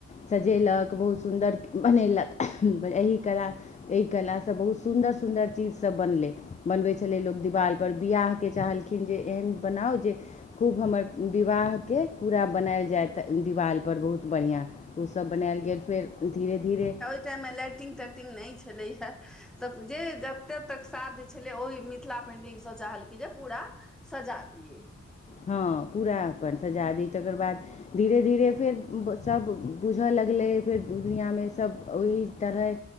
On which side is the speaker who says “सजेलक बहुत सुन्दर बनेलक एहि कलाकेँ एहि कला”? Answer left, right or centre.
Left